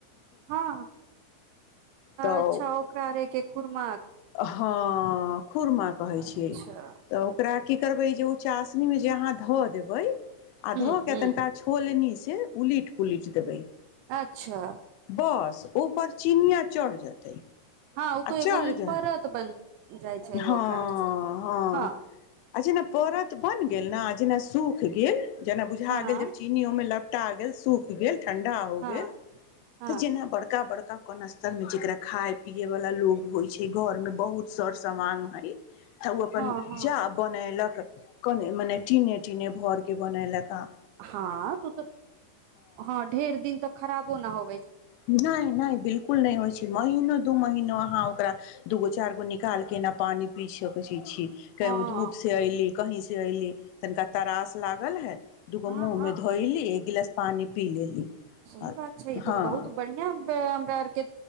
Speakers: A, on the right (about 80°); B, on the left (about 85°).
A: हँ
B: तऽ
A: अच्छा ओके के खुुरमा
B: हँ खुरमा कहैत
A: अच्छा
B: छियै तऽ ओकरा की करबै जे ओ चासनीमे जे अहाँ धऽ देबै आ
A: हूँ
B: धऽ के
A: हूँ
B: तनिका छोलनीसँ उलिट पुलिज देबै
A: अच्छा
B: बस ओपर चिनिया चढ़ जेतै
A: हँ ओ
B: आ
A: तो
B: चढ़
A: एगो परत बन जाइ छै
B: हँ हँ
A: ओकरा से हँ
B: आ जेना परत बन गेल ने जेना सूख गेल जेना बुझा
A: हँ
B: गेल ज चीनी ओहिमे लपटा गेल तूक गेल ठणंडा हो
A: हँ
B: ग
A: हँ
B: त जना बड़का बड़का कोन अ स्तर मे जेकरा खााय पी वाला लोग होय छै घर में बहुत सर समांग है तऽ ओ अपन
A: हँ हँ
B: जा बनलक कोने मने टनेे टनेे भर के बनयलखा
A: हँ तू तऽ हँ ढेर दिन तऽ खराब कोना हो
B: नहि नहि बिलकुल नहि होइ छै महिनो दू महिनो आ ह ओकरा दूगो चार गो निकाल के न पानी पी सकैत छी छीी
A: हँ
B: केँ धूप से अली कही से सि अऐली तनिका तारास लागल हे दूगो
A: हँ
B: मुममे
A: हँ
B: धइली एक गिलास पानि पी लेली
A: सह
B: हँ
A: बात छै ई
B: हँ
A: त बहुत बढ़ििया हमरा आरके